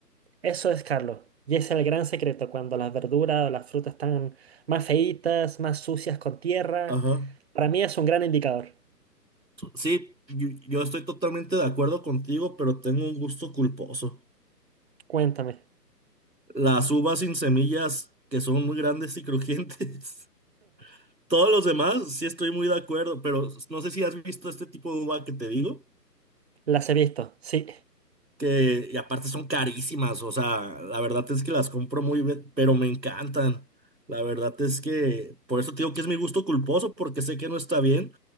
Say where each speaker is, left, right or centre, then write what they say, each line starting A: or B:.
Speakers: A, on the right (about 40°); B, on the right (about 85°).
A: Eso es, Carlos. Y ese es el gran secreto, cuando las verduras o las frutas están más feitas, más sucias con tierra.
B: Ajá.
A: Para mí es un gran indicador.
B: So, Sí, yo, yo estoy totalmente de acuerdo contigo, pero tengo un gusto culposo.
A: Cuéntame.
B: Las uvas sin semillas, que son muy grandes y crujientes. <laughs> Todos los demás, sí estoy muy de acuerdo, pero no sé si has visto este tipo de uva que te digo.
A: Las he visto, sí.
B: que, y aparte son carísimas, o sea, la verdad es que las compro muy bien, pero me encantan. La verdad es que, por eso te digo que es mi gusto culposo, porque sé que no está bien,